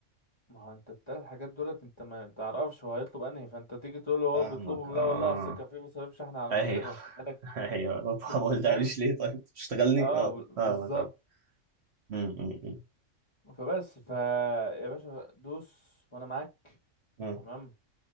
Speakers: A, on the left; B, on the right.
A: ما هو انت الثلاث حاجات دولت انت ما تعرفش هو هيطلب انهي فانت تيجي تقول له هو
B: فاهمك
A: بيطلبهم
B: اه
A: لا والله اصل كان في مصاريف شحن على المنتج
B: ايوه
A: هشيلها لك
B: <laughs> ايوه
A: <laughs> انت
B: ما قلتهاليش
A: فاهم
B: ليه طيب تشتغلني
A: اه
B: اه
A: ب-
B: فاهمك
A: بالظبط
B: اه أمم، أمم، أمم.
A: فبس فا يا باشا دوس وانا معاك
B: آه،
A: تمام